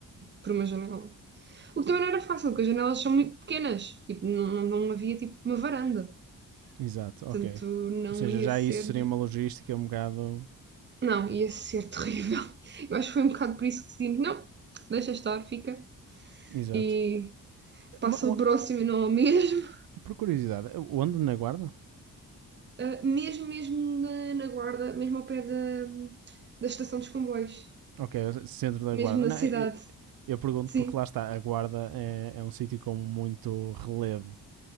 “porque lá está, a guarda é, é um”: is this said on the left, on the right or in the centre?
Right